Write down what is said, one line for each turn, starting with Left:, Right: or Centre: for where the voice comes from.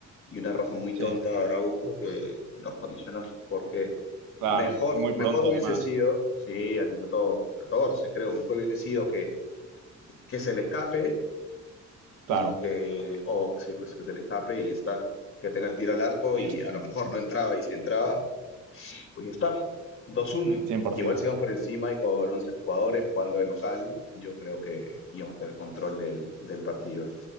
Left: y una roja muy
Right: Sí,
Left: tonta de Araujo que nos condicionó porque
Right: claro,
Left: mejor,
Right: y muy
Left: mejor
Right: pronto
Left: hubiese
Right: además,
Left: sido, sí, al minuto 14 creo, mejor hubiese sido que, que se le escape
Right: claro,
Left: y que, o sí, pues que se le escape y está, que tenga el tiro al arco
Right: sí,
Left: y
Right: sí,
Left: a lo mejor no entraba y si entraba pues ya está, 2-1.
Right: 100%.
Left: Igual si vamos por encima y con 11 jugadores jugando de local, yo creo que íbamos a tener control del, del partido.